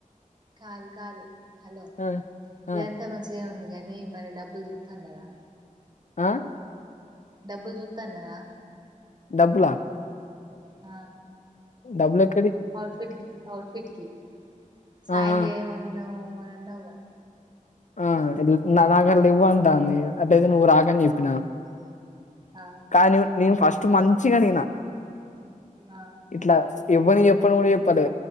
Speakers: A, on the right (about 30°); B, on the left (about 60°).
A: కాదు కాదు హలో
B: ఆ ఆ
A: ఇదంతా మంచిగా ఉంది కానీ మరి డబ్బు చూస్తాండడా
B: ఆ
A: డబ్బులు చూతా అన్నదా
B: డబ్బులా
A: ఆ
B: డబుల్ ఎక్
A: అఔట్ఫిట్ కి అఔట్ఫిట్ కి సాయం
B: ఆ ఆ
A: చేయమన్నావ్ మొన్న అన్నావుగా
B: ఆ నా కాడ లెవ్వు అంటాంది అట్టయితే నువ్వు రాకని చెప్పినా
A: ఆ
B: కానీ నే నేను ఫస్ట్ మంచిగా అడిగిన
A: ఆ
B: ఇట్లా ఇవ్వని చెప్పను గుడా చెప్పలే